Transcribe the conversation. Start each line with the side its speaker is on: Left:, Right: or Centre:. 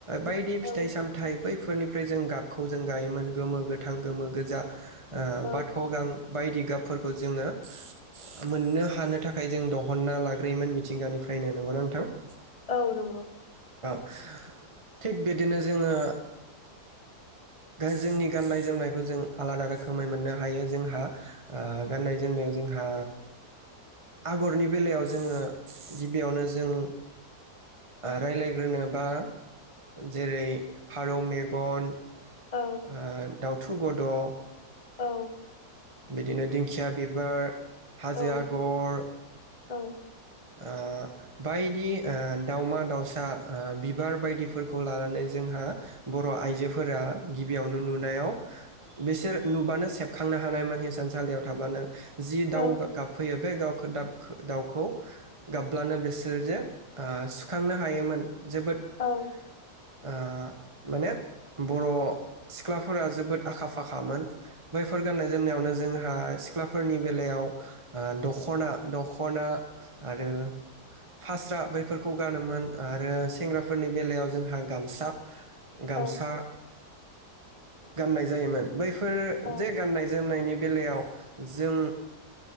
Right: बायदि
Left: औ
Right: फिथाइ सामथाइ बैफोरनिफ्राय जों गाब खौ जों गायोमोन गोमो गोथां गोमो गोजा ओ
Left: औ
Right: बाथ' गां बायदि गाबफोरखौ जोङो मोननो हानो थाखाय जों दहनना लाग्रायोमोन मिथिंगानिफ्रायनो नंगौना नो थां?
Left: औ नंगौ।
Right: थिग बिदिनो जोङो जोंनि गाननाय जोमनायखौ जों आलादा रोखोमै मोननो हायो जोंहा ओ गाननाय जोमनायाव जोंहा आगरनि बेलायाव जोङो गिबियावनो जों ओ रायलायग्रोनोबा जेरै फारौ मेगन ओ
Left: औ
Right: दाउ थु गद' ओ
Left: औ
Right: बिदिनो दिंखिया बिबार हाजो
Left: औ
Right: आगर
Left: औ।
Right: ओ बायदि ओ दाउमादाउसा ओ बिबार बायदिफोरखौ लानानै जोंहा बर' आइजोफोरा गिबियावनो नुनायाव बिसोर नुबानो सेबखांनो हानायमोन हिसान सालियाव थाब्लानो जि दाउ
Left: औ
Right: गाब गाबफैयो बे गावखो दाबखो दाउखौ <inaudible> गाबब्लानो बिसोर जे ओ सुखांनो हायोमोन। जोबोद ओ
Left: औ
Right: माने बर' सिख्लाफोरा जोबोद आखा-फाखामोन। बैफोर गाननाय जोमनायावनो ज जोंहा सिख्लाफोरनि बेलायाव ओ दख'ना दख'ना आरो फास्रा बैफोरखौ गानोमोन। आरो सेंग्राफोरनि बेलायाव जों हा गामसा गामसा
Left: औ
Right: गाननाय जायोमोन। बैफोर
Left: औ
Right: जे गाननाय जोमनायनि बेलायाव जों